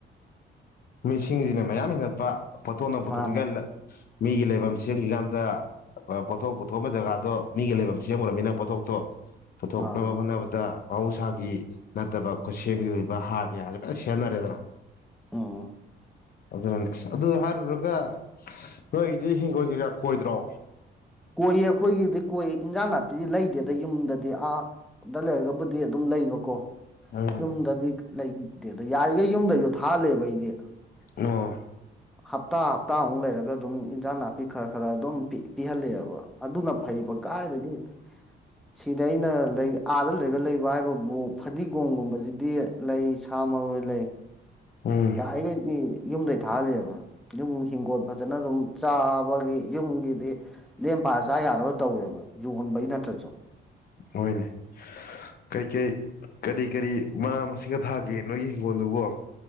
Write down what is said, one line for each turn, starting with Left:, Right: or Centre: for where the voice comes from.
Left: ꯃꯤꯁꯤꯡꯁꯤꯅ ꯃꯌꯥꯝ ꯍꯦꯟꯒꯠꯄ ꯄꯣꯊꯣꯛꯅ ꯄꯨꯊꯣꯛꯅꯤꯉꯥꯏ
Centre: ꯃꯥꯅꯦ
Left: ꯃꯤꯒꯤ ꯂꯩꯐꯝ ꯁꯦꯝꯈꯤꯀꯥꯟꯗ ꯄꯣꯊꯣꯛ ꯄꯨꯊꯣꯛꯑꯝꯕ ꯖꯒꯥꯗꯣ ꯃꯤꯒꯤ ꯂꯩꯐꯝ ꯁꯦꯝꯈ꯭ꯔꯅꯤꯅ ꯄꯣꯊꯣꯛꯇꯣ ꯄꯨꯊꯣꯛꯅꯕ
Centre: ꯃꯥꯅꯦ
Left: ꯍꯣꯠꯅꯕꯗ ꯃꯍꯧꯁꯥꯒꯤ ꯅꯠꯇꯕ ꯈꯨꯠꯁꯦꯝꯒꯤ ꯑꯣꯏꯕ ꯍꯥꯔ ꯃꯌꯥꯝꯁꯦ ꯐꯖ ꯁꯦꯝꯅꯔꯦꯗꯅ
Centre: ꯎꯝ
Left: ꯑꯗꯨꯅ ꯑꯗꯨ ꯍꯥꯏꯔꯨꯔꯒ ꯅꯣꯏꯒꯤꯗꯤ ꯍꯤꯡꯈꯣꯜ ꯀꯩꯀꯥ ꯀꯣꯏꯗ꯭ꯔꯣ
Centre: ꯀꯣꯏꯌꯦ ꯑꯩꯈꯣꯏꯒꯤꯗꯤ ꯀꯣꯏ ꯏꯟꯖꯥꯡ ꯅꯥꯄꯤ ꯂꯩꯇꯦꯗ ꯌꯨꯝꯗꯗꯤ ꯑꯥ ꯗ ꯂꯩꯔꯒꯕꯨꯗꯤ ꯑꯗꯨꯝ ꯂꯩꯕꯀꯣ
Left: ꯎꯝ
Centre: ꯌꯨꯝꯗꯗꯤ ꯂꯩꯗꯦꯗ ꯌꯥꯔꯤꯈꯩ ꯌꯨꯝꯗꯩꯖꯨ ꯊꯥꯍꯜꯂꯦꯕ ꯑꯩꯗꯤ
Left: ꯑꯣ
Centre: ꯍꯞꯇꯥ -ꯍꯞꯇꯥꯃꯨꯛ ꯂꯩꯔꯒ ꯑꯗꯨꯝ ꯏꯟꯖꯥꯡ ꯅꯥꯄꯤ ꯈꯔ -ꯈꯔ ꯑꯗꯨꯝ ꯄꯤꯍꯜꯂꯦꯕ ꯑꯗꯨꯅ ꯐꯩꯕ ꯀꯥꯏꯗꯒꯤ ꯁꯤꯗ ꯑꯩꯅ ꯂꯩ ꯑꯥꯗ ꯂꯩꯔꯒ ꯂꯩꯕ ꯍꯥꯏꯕꯕꯨ ꯐꯗꯤꯒꯣꯝꯒꯨꯝꯕꯁꯤꯗꯤ ꯂꯩ ꯁꯥ ꯃꯔꯣꯏ ꯂꯩ
Left: ꯎꯝ
Centre: ꯑꯥ ꯂꯩꯗꯤ ꯌꯨꯝꯗꯩ ꯊꯥꯍꯜꯂꯛꯑꯦꯕ ꯌꯨꯝ ꯍꯤꯡꯒꯣꯜ ꯐꯖꯅ ꯑꯗꯨꯝ ꯆꯥꯕꯒꯤ ꯌꯨꯝꯒꯤꯗꯤ ꯂꯦꯝꯄ ꯆꯥ -ꯌꯥꯅꯕ ꯇꯧꯋꯦꯕ ꯌꯣꯟꯕꯩ ꯅꯠꯇ꯭ꯔꯁꯨ
Left: ꯍꯣꯏꯅꯦ ꯀꯩꯀꯩ ꯀꯔꯤ- ꯀꯔꯤ ꯃꯅꯥ ꯃꯁꯤꯡꯒ ꯊꯥꯒꯦ ꯅꯣꯏꯒꯤ ꯍꯤꯡꯒꯣꯜꯗꯨꯕꯣ